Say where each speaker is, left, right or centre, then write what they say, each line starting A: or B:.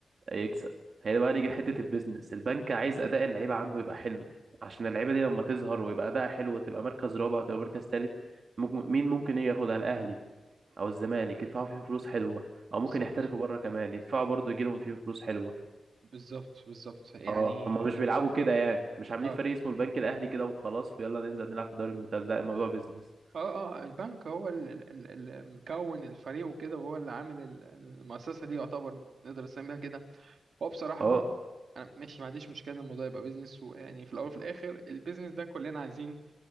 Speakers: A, on the right; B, on the right.
A: هيكسب هي ده بقى نيجي لحته البيزنس البنك عايز اداء اللعيبه عنده يبقى حلو عشان اللعيبه دي لما تظهر ويبقى اداء حلو وتبقى مركز رابع وتبقى مركز تالت ممكن مين ممكن إيه ياخدها الاهلي او الزمالك يدفعوا فيهم فلوس حلوه او
B: بالظبط
A: ممكن يحترفوا بره كمان يدفعوا برضه يجي لهم فيهم فلوس حلوه
B: بالظبط بالظبط يعني
A: اه هم مش بيلعبوا
B: م-
A: كده يعني مش عاملين
B: اه
A: فريق اسمه البنك الاهلي كده وخلاص ويلا ننزل نلعب في الدوري الممتاز لا الموضوع بيزنس
B: اه اه البنك هو اللي مكون الفريق وكده وهو اللي عامل ال- المؤسسة دي يعتبر نقدر نسميها كده هو بصراحة
A: اه
B: أنا ماشي ما عنديش مشكلة إن الموضوع يبقى بيزنس ويعني في الأول وفي الآخر البيزنس ده كلنا عايزين